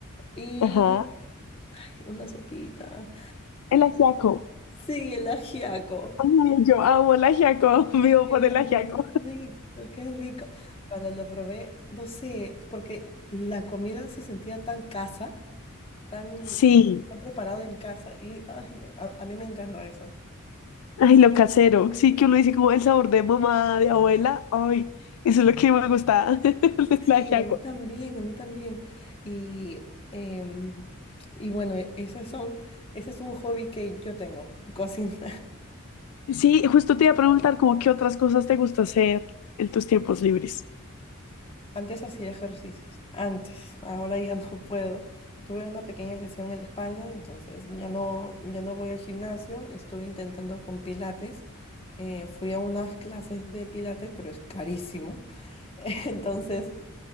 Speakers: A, on the left (about 25°); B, on the left (about 75°).
A: y
B: Ajá.
A: ay, una sopita.
B: El ajiaco.
A: Sí, el ajiaco.
B: Ay, yo amo el ajiaco, <laughs> vivo
A: Qué
B: por el ajiaco.
A: rico, qué rico. Cuando lo probé, no sé, porque la comida se sentía tan casa, tan,
B: Sí.
A: tan preparado en casa y, ay, no, a, a mí me encanta eso.
B: Ay, lo casero. Sí, que uno dice como el sabor de mamá, de abuela. Ay, eso es lo que me gusta <laughs> de
A: Sí,
B: la ajiaco.
A: a mí también, a mí también. Y, em, y bueno, e- esas son, ese es un hobby que yo tengo, <laughs> cocinar.
B: Sí, justo te iba a preguntar como qué otras cosas te gusta hacer en tus tiempos libres.
A: Antes hacía ejercicios, antes, ahora ya no <laughs> puedo. Tuve una pequeña lesión en la espalda, entonces ya no, ya no voy al gimnasio. Estuve intentando con pilates. eh, fui a unas clases de pilates, pero es carísimo. <laughs> Entonces